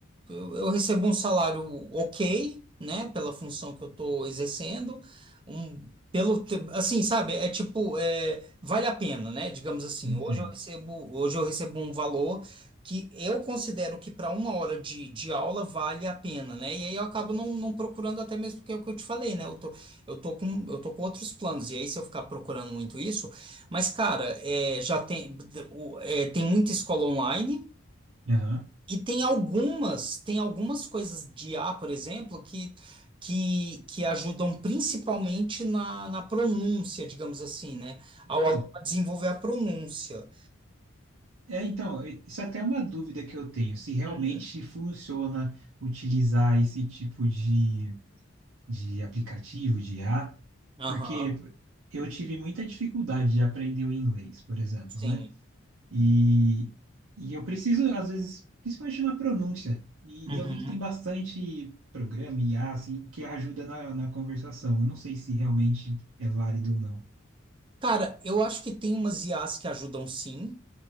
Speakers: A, on the right; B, on the right.
A: Eu, eu recebo um salário ok, né, pela função que eu estou exercendo, um, pelo, te- assim, sabe, é tipo, é, vale a pena, né? Digamos assim,
B: entendo.
A: hoje eu recebo, hoje eu recebo um valor que eu considero que para uma hora de, de aula vale a pena, né? E aí eu acabo não, não procurando até mesmo porque é o que eu te falei, né? Eu tô, eu tô com, eu tô com outros planos, e aí se eu ficar procurando muito isso, mas, cara, é, já tem, o- é, tem muita escola online,
B: Aham.
A: e tem algumas, tem algumas coisas de I a por exemplo, que, que, que ajudam principalmente na, na pronúncia, digamos assim, né? Ao
B: Ah,
A: aluno a desenvolver a pronúncia.
B: É, então, eh, isso até é uma dúvida que eu tenho, se realmente
A: Uhum.
B: funciona utilizar esse tipo de de aplicativo, de I a
A: Aham,
B: porque eu tive muita dificuldade de aprender o inglês, por exemplo,
A: sim.
B: né? E, e eu preciso, às vezes, principalmente na pronúncia, e,
A: Uhum.
B: e eu vi que tem bastante programa, I a assim, que ajuda na, na conversação. Eu não sei se realmente é válido ou não.
A: Cara, eu acho que tem umas IAs que ajudam sim.